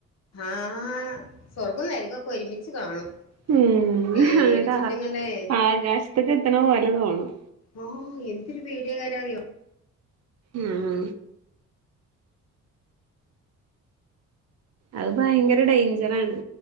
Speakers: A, on the left; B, on the right.
A: ആഹ് സ്വർഗും നെരക്കൊക്കെ ഒരുമിച്ച് കാണും
B: ഉം
A: പേടിച്ചിട്ട്
B: അങ്ങട
A: ഇങ്ങണ്ടേ
B: ആകാശത്ത്ക്ക് എത്തണ പോലെ തോന്നും
A: ഓഹ് എന്തൊരു പേടിയകാര അറിയോ
B: ഉം അത് ഭയങ്കര ഡേഞ്ചറ ആണ്